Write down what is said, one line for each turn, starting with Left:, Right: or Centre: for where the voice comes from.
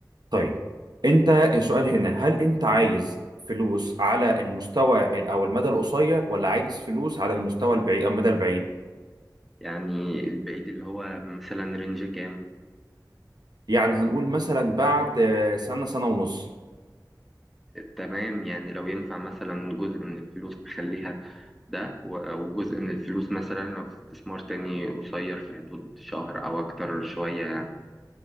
Right: طيب انت السؤال هنا هل انت عايز فلوس على المستوى ال- او المدى القصير ولا عايز فلوس على المستوى البعيد او المدى البعيد
Centre: يعني البعيد اللي هو مثلا رينج كام
Right: يعني هنقول مثلا بعد آه، سنه سنه ونص
Centre: تمام يعني لو ينفع مثلا جزء من الفلوس بخليها ده و- وجزء من الفلوس مثلا لو في استثمار تاني قصير في حدود شهر أو أكتر شوية يعني